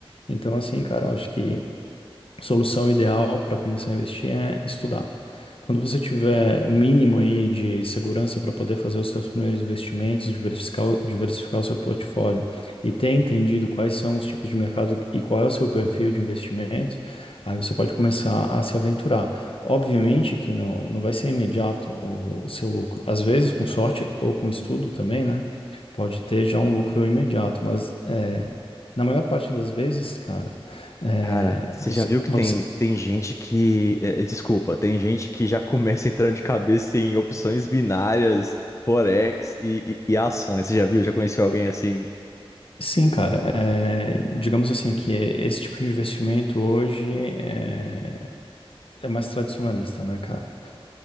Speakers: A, on the left; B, on the left.
A: Então, assim, cara, eu acho que solução ideal para começar a investir é estudar. Quando você tiver o mínimo aí de segurança para poder fazer os seus primeiros investimentos, diversificar, o- diversificar o seu portfólio e ter entendido quais são os tipos de mercado e qual é o seu perfil de investimento, aí você pode começar a se aventurar. Obviamente que não, não vai ser imediato o, o seu lucro. Às vezes, com sorte ou com estudo também, né? Pode ter já um lucro imediato, mas é, na maior parte das vezes, cara é,
B: Cara, você
A: você,
B: já viu que
A: você-
B: tem, tem gente que. é, é, desculpa, tem gente que já começa entrando de cabeça em opções binárias, forex e, e, e ações. Você já viu? Já conheceu alguém assim,
A: sim, cara. é, digamos assim que é- esse tipo de investimento hoje é, é mais tradicionalista, né, cara?